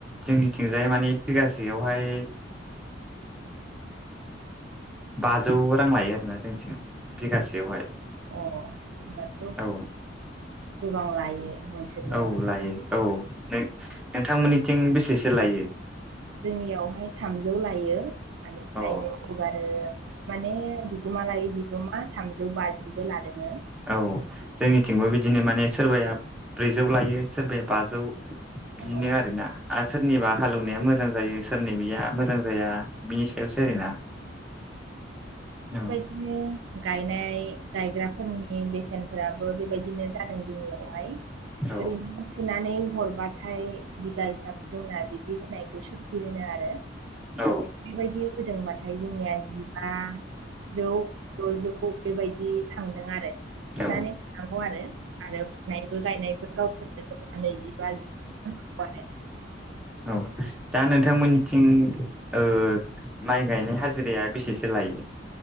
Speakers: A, in the centre; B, on the right.
A: जोंनिथिंजाय माने बिगासेयावहाय बाजौ रां लायो आरोना जोंनिथिं। बिगासेयावहाय
B: अ' होनबाथ'
A: औ
B: गोबां लायो। नोंसोरनियावहाय
A: औ लायो। औ नोंथांमोननिथिं बेसेसो लायो?
B: जोंनियावहाय थामजौ लायो बेनिफ्राय
A: अ
B: नै अबारो माने बिगोमा लायै बिगोमा थामजौ बाजिबो लादोंङो।
A: औ जोंनिथिंबो बिदिनो माने सोरबाया ब्रैजौ लायो सोरबाया बाजौ बिदिनो
B: औ
A: आरोना आरो सोरनिबा हालेवनाया मोजां जायो सोरनिबैया मोजां जाया। बिनि सायावसो
B: औ
A: ओरै ना। औ
B: बिदिनो गायनाय गायग्राफोरनि बेसेनफोराबो बेबायदिनो जादों जोंनिया। खौहाय
A: औ
B: ओरैनो फुनानै हरबाथाय बिगा हिसाब जोंना बिदि होनायखौ सुति होनो आरो
A: औ
B: बेबायदि होदोंबाथाय जोंनिया जिबा जौ द'जौ बेबायदि थांदों आरो।
A: औ
B: सुनानै थानांगौ आरो आरो फुनायबो गायनायबो गावसोरनो नैजिबा। <inaudible>
A: औ दा नोंथांमोननिथिं ओ। माइ गायनाय हाजिराया बेसेसो लायो?